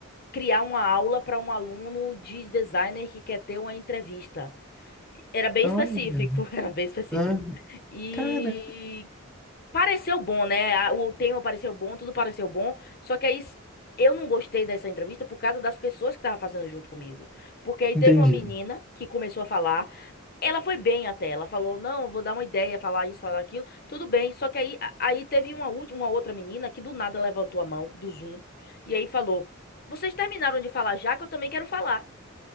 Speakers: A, on the left; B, in the centre.
A: criar uma aula pra um aluno de designer que quer ter uma entrevista. Era bem
B: Olha,
A: específico, <laughs> era bem específico.
B: ah,
A: E
B: caramba,
A: Pareceu bom, né? A- O tema pareceu bom, tudo pareceu bom. Só que aí s- eu não gostei dessa entrevista por causa das pessoas que estavam fazendo junto comigo. Porque aí
B: entendi.
A: teve uma menina que começou a falar. Ela foi bem até. Ela falou: Não, vou dar uma ideia, falar isso, falar aquilo. Tudo bem. Só que aí, a- aí teve uma última, uma outra menina que do nada levantou a mão do Zoom e aí falou: Vocês terminaram de falar já que eu também quero falar.